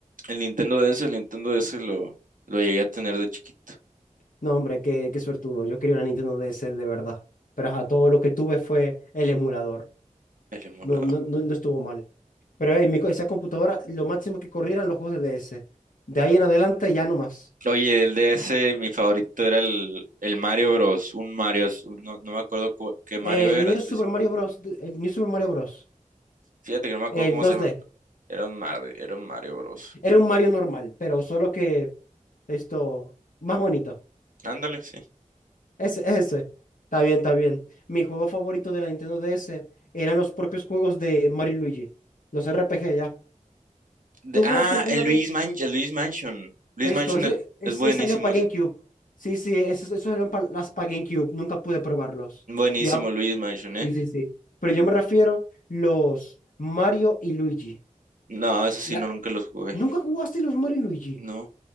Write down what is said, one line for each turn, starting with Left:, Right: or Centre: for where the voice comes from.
Right: El Nintendo DS, el Nintendo DS lo, lo llegué a tener de chiquito.
Left: No, hombre, qué, qué suertudo. Yo quería una Nintendo DS de verdad. Pero ajá, todo lo que tuve fue el emulador.
Right: El emulador.
Left: No, no, no, no estuvo mal. Pero ey, mi co- esa computadora, lo máximo que corría eran los juegos de DS. De ahí en adelante ya no más.
Right: Oye, el DS, mi favorito era el, el Mario Bros. Un Mario, es- no, no me acuerdo cu- qué Mario
Left: El
Right: era
Left: New
Right: específico.
Left: Super Mario Bros. de- El New Super Mario Bros.
Right: Fíjate que no me acuerdo
Left: El
Right: cómo
Left: dos
Right: se llama.
Left: d
Right: pero Era un Mario, era un Mario Bros.
Left: Era un Mario normal, pero solo que esto, más bonito.
Right: Ándale, sí.
Left: Ese, ese. Está bien, está bien. Mi juego favorito de la Nintendo DS eran los propios juegos de Mario y Luigi. Los RPG ya.
Right: De-
Left: ¿Tú
Right: ah,
Left: jugaste alguna
Right: el
Left: vez?
Right: Luis Mansion, el Luis Mansion. Luis
Left: Esto,
Right: Mansion
Left: eso,
Right: es,
Left: es,
Right: es buenísimo,
Left: es- salió para
Right: es
Left: GameCube. Sí, sí, eso, eso salieron para las para GameCube. Nunca pude probarlos.
Right: buenísimo
Left: ¿Ya?
Right: Luis Mansion, ¿eh?
Left: Sí, sí, sí. Pero yo me refiero los Mario y Luigi.
Right: No, eso sí,
Left: La-
Right: no, nunca los jugué.
Left: ¿Nunca jugaste los Mario y Luigi?
Right: No,